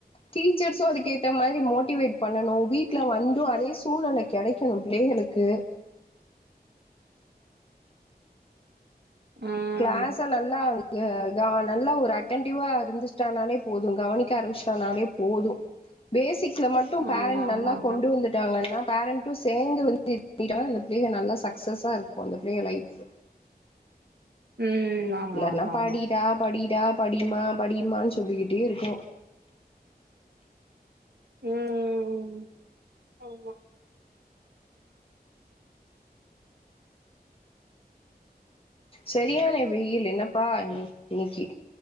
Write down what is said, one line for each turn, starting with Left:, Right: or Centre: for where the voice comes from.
Left: டீச்சர்ஸும் அதுக்க ஏத்த மாதிரி மோட் டிவேட் பண்ணணும் வீட்டுல வந்து அதே சூழ்நிலை கிடைக்கணும் பிள்ளைகளுக்கு
Right: ம்
Left: கிளாச நல்லா அது க நா நல்லா ஒரு அட்டென்டிிவ்வா இருந்துட்டானாலே போதும் கவனிக்க ஆரம்பிச்சு ஆனாலே போதும் பேசிக் மட்டும் பேரண்ட்
Right: ஆமா ஆமா
Left: நல்லா
Right: ஆமா
Left: கொண்டு வந்துட்டாங்கன்னா பேரண்டட் மட்டும் சேர்ந்து வந்து அ பிள்ளையை நல்லா சக்சஸா இருக்கும் அந்த பிள்ளைைய லைஃப்
Right: ம் ஆமா
Left: இல்லைன்னா
Right: ஆமா
Left: படிடா
Right: ஆமா
Left: படி படியா படிமா படியுமான்னு சொல்லிக்கிட்டே இருக்கும்
Right: உஹம் உம் உம் ஆமா
Left: சரியானெ வெயில் என்னப்பா இன்னக்கி